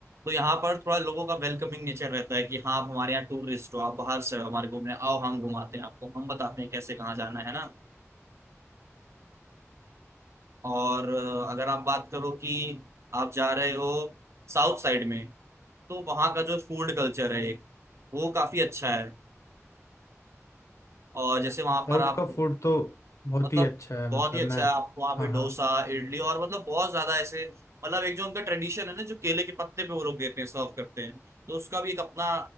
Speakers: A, on the right (about 60°); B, on the left (about 75°).
A: तो यहाँ पर थोड़ा लोगों का वेलकमिंग नेचर रहता है कि हाँ आप हमारे यहाँ टूरिस्ट हो आप बाहर से हो हमारे घूमने आओ हम घुमाते हैं आपको हम बताते हैं कैसे कहाँ जाना है ना और अ, अगर आप बात करो कि आप जा रहे हो साउथ साइड में तो वहाँ का जो फूड कल्चर है एक वो काफी अच्छा है और जैसे वहाँ
B: साउथ
A: पर आप
B: का फूड तो बहुत
A: मतलब
B: ही अच्छा है
A: बहुत
B: मतलब
A: ही अच्छा
B: मैं
A: है आप वहाँ पे
B: हाँ
A: डोसा
B: हाँ
A: इडली और मतलब बहुत ज्यादा ऐसे मतलब एक जो उनका ट्रेडिशन है ना जो केले के पत्ते पे वो लोग देते हैं सर्व करते हैं तो उसका भी एक अपना